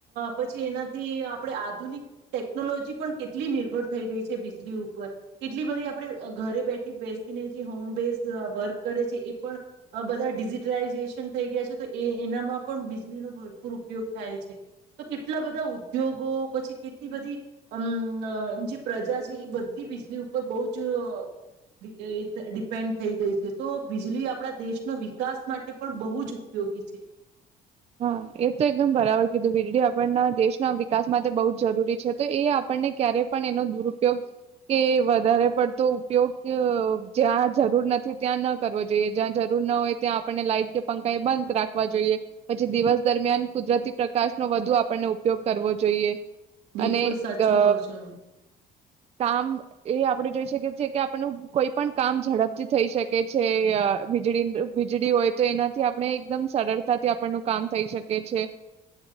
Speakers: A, on the right; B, on the right.
A: પછી એનાથી આપણે આધુનિક ટેકનોલોજી પણ કેટલી નિર્ભર થઈ ગઈ છે બીજળી ઉપર કેટલી બધી આપણે ઘરે બેઠી બેસીને જે હોમ બેઝ વર્ક. કરે છે એ પણ બધા ડિજિટલાઈઝેશન થઈ ગયા છે તો એ એનામાં પણ બીજળીનો ભરપૂર ઉપયોગ થાય છે તો કેટ ટલા બધા ઉદ્યોગો પછી કેટલી બધી. અમ જે પ્રજા છે એ બધી વીજળી ઉપર બહુ જ અ <inaudible> ડિપેન્ડ થઈ ગઈ છે. તો બીજળી આપણા દેશનો વિકાસ માટે પણ બહુ જ ઉપયોગી છે.
B: હા એ તો એકદમ બરાબર કીધું વીજળી આપણના દેશના વિકાસ માટે બહ જ જરૂરી છે તો એ આપણને ક્યારેય પણ એનો દુરપયોગ કે વધારે પડતો ઉપયોગ જ્યાં જરૂર નથી ત્યાં ન કરવો જોઈએ જ્યાં જરૂર ન હોય ત્યાં આપણને લાઈટ કે પંખા એ બંધ રાખવા જોઈએ. પછી દિવસ દરમિયાન કુદરતી પ્રકાશનો વધુ આપણને ઉપયોગ કરવો જોઈએ.
A: બિલકુલ
B: અને
A: સાચું
B: અ
A: કહો છો
B: કામ. એ આપડે જોઈ શકીએ છીએ કે આપણ કોઈ પણ કામ ઝડપથી થઈ શકે છે વીજળી વીજળી હોય તો એનાથી આપણે એકદમ સરળતાથી ન કામ થઈ શકે છે.